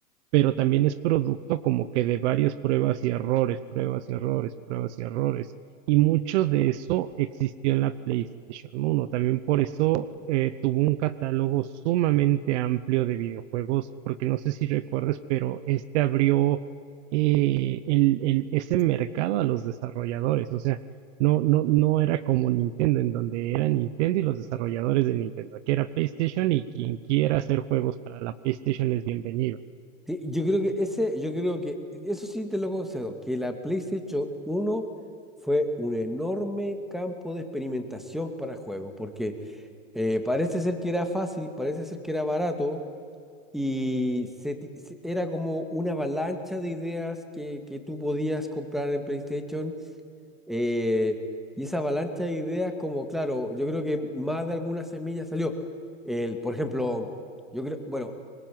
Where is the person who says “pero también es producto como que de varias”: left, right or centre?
Right